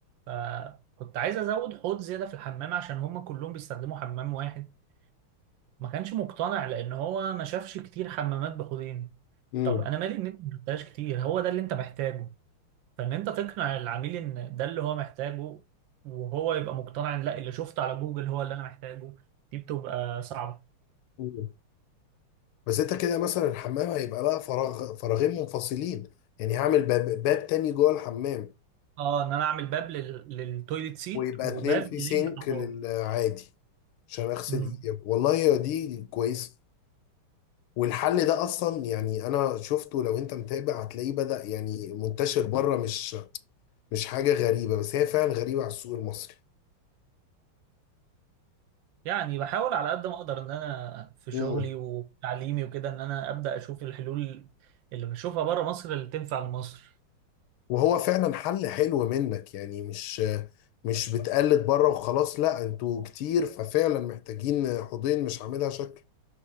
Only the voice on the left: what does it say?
مم.
مم. بس انت كده مثلا الحمام هيبقى لها فراغ فراغين منفصلين يعني هعمل باب, باب تاني جوه الحمام
ويبقى
اتنين في سينك
للعادي عشان اغسل
ايدي والله يا دي كويسه والحل ده اصلا يعني انا شفته لو انت متابع هتلاقيه بدأ يعني منتشر بره مش مش حاجه غريبه بس هي فعلا غريبه على السوق المصري
مم.
وهو فعلا حل حلو منك يعني مش مش بتقلد بره وخلاص لا انتوا كتير ففعلا محتاجين حوضين مش عاملها شكل